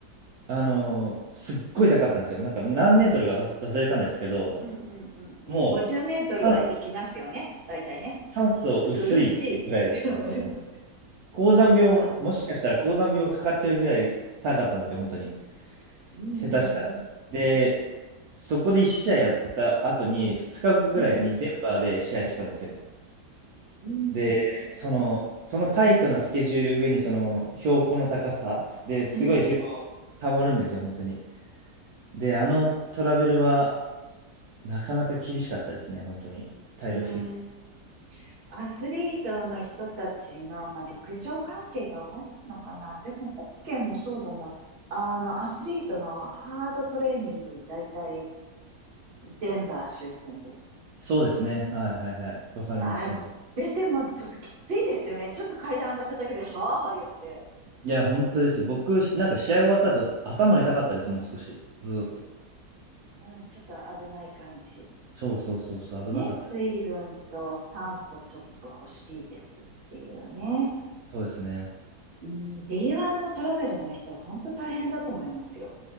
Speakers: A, on the right; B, on the right.
A: あの、すっごい高かったんですよ。なんか何メートルか忘れたんですけど、
B: うんうんうんうん。
A: も
B: 50メートルは行きますよね。
A: う、あ
B: 大体ね。
A: 酸素薄いぐらいだったんですよ。
B: 苦しい。<laughs> そう
A: 高山病、
B: そう。
A: もしかしたら高山病かかっちゃうぐらい高かったんですよ、本当に。
B: うんうん
A: 下手したら。で、そこで1試合やった後に、2日後ぐらいにデンバーで試合したんですよ。
B: うん。うん。
A: で、その、そのタイトなスケジュール上に、その標高の高さですごい疲労たまるんですよ、
B: うん。うん。
A: 本当に。で、あのトラベルは、なかなか厳しかったですね、本当に。体力的に。
B: うんアスリートの人たちの、まあ、陸上関係が多いのかな。でも、ホッケーもそうだな。あの、アスリートのハードトレーニング、だいたいデンバー周辺です。
A: そうですね。はいはいはい。わかります、
B: あ出てもちょっときついですよね。
A: それは。
B: ちょっと階段上がっただけで、はあはあ言って、
A: いや、本当ですよ。
B: い
A: 僕、なんか試合終わった後、頭痛かったです、もう少し。ずーっと。
B: うん、ちょっと危ない感じ。
A: そうそうそうそう、危なかった。
B: ね、水分と酸素ちょっと欲しいですっていうね。
A: そうですね。
B: うん、D1 のトラベルの人は本当大変だと思いますよ。